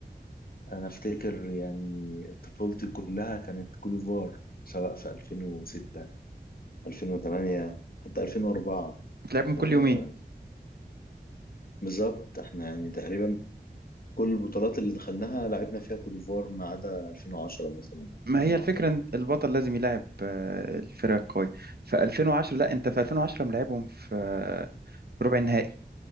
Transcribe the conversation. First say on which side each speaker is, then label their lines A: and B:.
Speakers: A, on the left; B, on the right.
A: أنا أفتكر يعني طفولتي كلها كانت كوت ديفوار سواء في 2006 2008 حتى 2004
B: بتلعبهم كل
A: آه،
B: يومين
A: بالظبط احنا يعني تقريبا كل البطولات اللي دخلناها لعبنا فيها كوت ديفوار ما عدا 2010 مثلا
B: ما
A: على
B: هي
A: ما
B: الفكرة
A: أعتقد
B: إن البطل لازم يلاعب آه، الفرق القوية في 2010 لا أنت في 2010 ملاعبهم في آه، في ربع النهائي